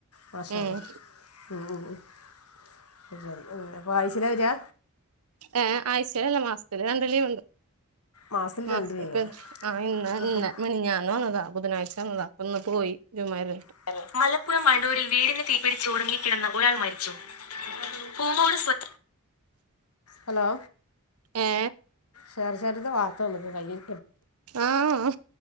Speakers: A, on the left (about 75°); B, on the right (about 70°).
A: മാശാ
B: ഉം
A: അള്ളാ. മ് മ് അപ്പ ആയ്ച്ല വരാ?
B: ഏ ആയ്ചേലല്ല. മാസ്ത്തില് രണ്ട് ലീവ്ണ്ട്.
A: മാസത്തിൽ
B: അ
A: രണ്ട്
B: <unintelligible>
A: ലീവ്
B: ആ ഇന്ന്
A: അപ്പം
B: ഇന്ന് മിനഞ്ഞാന്ന് വന്നതാ ബുധനാഴ്ച. ഉം വപ്പങ്ങട്ട് പോയി ജുമാര്ഞ്ഞ്ട്ട്.
A: ഹലോ ഹലോ
B: ഏ
A: ശാര്ശാര്ത്തെ വാർത്തല്ലത് കയ്യ്
B: ആഹ്